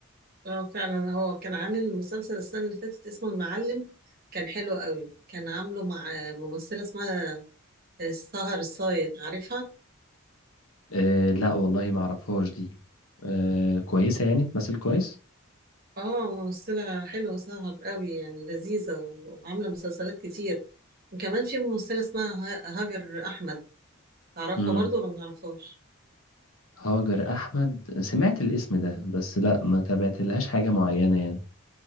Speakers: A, on the right (about 45°); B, on the left (about 75°).
A: اه فعلا هو كان عامل مسلسل السنة اللي فاتت اسمه المعلم كان حلو قوي كان عامله مع آه، ممثلة اسمها آه، سهر الصايغ عارفها
B: أه لا والله ما اعرفهاش دي أه كويسة يعني تمثل كويس
A: اه ممثلة حلوة سهر قوي يعني لذيذة وعاملة مسلسلات كتير وكمان في ممثلة اسمها ه- هاجر أحمد تعرفها
B: مم.
A: برضو ولا ما تعرفهاش
B: هاجر احمد سمعت الاسم ده
A: مم.
B: بس لا ما تابعت لهاش حاجة معينة يعني